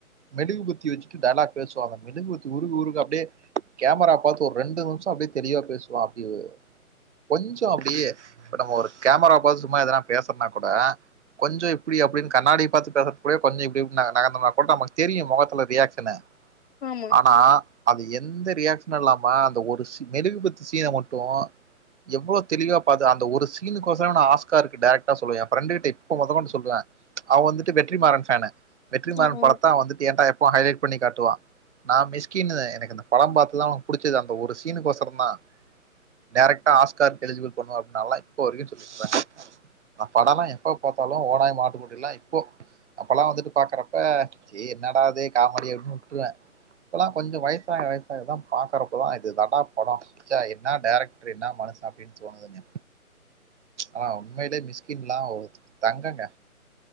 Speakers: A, on the right (about 55°); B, on the left (about 45°).
A: மெழுகுபத்தி வெச்சிட்டு டயலாக் பேசுவா அந்த மெழுகு வத்தி உருக உருக அப்டே கேமரா பாத்து ஒர் ரெண்டு நிம்ஷ அப்டே தெளிவா பேசுவா அப்டிவு கொஞ்சோ அப்டியே இப்ப நம்ம ஒரு கேமராவ பாத்து சும்மா எதனா பேசற்த்னா குட கொஞ்சோ இப்புடி அப்புடின் கண்ணாடிய பாத்து பே இப்புடே பண்ணி இப்புடே உட்னாங்க நாகந்தனா போட்டா மக் தெரியு மொகத்துல ரியாக்ஷனு
B: ஆமா
A: ஆனா அது எந்த ரியாக்ஷனு இல்லாம அந்த ஒரு சி மெழுகு பத்தி சீன மட்டு எவ்வுளோ தெளிவா பாத்த அந்த ஒரு சீனுக்கோசரமே நா ஆஸ்கார்க்கு டேரக்ட்டா சொல்லுவ ஏ ஃப்ரண்ட்கிட்ட இப்ப மொதக்கொண்டு சொல்லுவ அவ் வந்துட்டு வெற்றிமாறம் ஃபேனு வெற்றிமாறன்
B: ஆ ஆ
A: படத்த அவ வந்துட்டு ஏன்ட்ட எப்பவு ஹைலைட் பண்ணி காட்டுவா நா மிஸ்கின்னுவே எனக்கு அந்த படோ பாத்துதா உனக்கு புடிச்சது அப்ப ஒரு சீனுக்கொசொரோ தா டரக்டா ஆஸ்கார்க்கு எளிஜிபில் பண்ணுவே அப்டின் நல்லா இப்போவரைக்கு சொல்லிட்டு இருந்தாங்க நா படோலா எப்போ பாத்தாலு ஓநாயு மாட்டு குட்டியுலா இப்போ அப்போல்லா வந்துட்டு பாக்கறப்ப ஏய் என்னடா இது காமெடி அப்டின் உட்டுருவே இப்பெல்லா கொஞ்சோ வயசாக வயசாகதா பாக்கறப்போதா இதுதான்டா படோ ச்சா என்ன டேரக்ட்ரு என்ன மனுசு அப்டின் தோனுதுங்க ஆனா உண்மையிலே மிஸ்கின்லா ஒரு தங்கொங்க